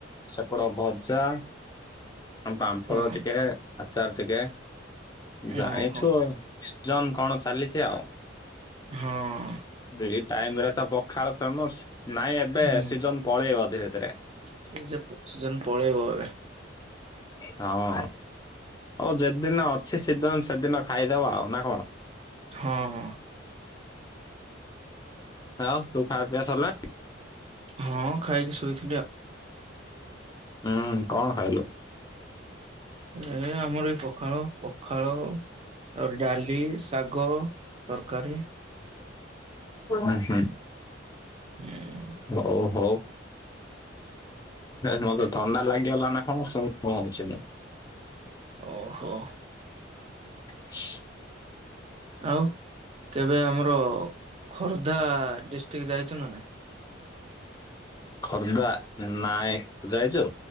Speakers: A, on the left; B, on the right.
A: ସେପଟେ ଭଜା କଣ ପାମ୍ଫଡ
B: ହଁ
A: ଟିକେ, ଆଚାର ଟିକେ, ଜାଣିଛୁ
B: ଓହୋ
A: ଆଉ। ଜନ, କଣ ଚାଲିଛି ଆଉ।
B: ହଁ
A: ଏଇ ଟାଇମ୍ ରେ ତ ପଖାଳ ଫେମସ ନାଇଁ ଏବେ
B: ହୁଁ।
A: ସିଜନ ପଳେଇବ ଧୀରେ ଧୀରେ।
B: ସେ ଯେ ସେ ପଳେଇବ ଏବେ
A: ହଁ। ହଉ ଯେତେଦିନ ଅଛି ସିଜନ ସେଦିନ ଖାଇଦବା ଆଉ ନା କଣ?
B: ହଁ ହଁ।
A: ଆଉ ତୁ ଖାୟା ପିଆ ସରିଲାଣି?
B: ହଁ ଖାଇକି ଶୋଇଚି।
A: ହୁଁ, କଣ ଖାଇଲୁ?
B: ଏ ଆମର ଏଇ ପଖାଳ ପଖାଳ, ଆଉ ଡାଲି, ଶାଗ, ତରକାରୀ
A: ଉଁ ହୁଁ।
B: ହଁ
A: ହଉ, ହଉ। ମତେ ଥଣ୍ଡା ଲାଗିଗଲା ନା କଣ ସୁଁ ସୁଁ ହଉଛି ମୁଁ।
B: ଓହୋ।
A: <unintelligible>
B: ଆଉ କେବେ ଆମର ଖୋର୍ଦ୍ଧା ଡିଷ୍ଟ୍ରିକ୍ଟ ଯାଇଛ ନା ନାଇଁ?
A: ଖୋର୍ଦ୍ଧା ନାଇଁ ଯାଇଛୁ?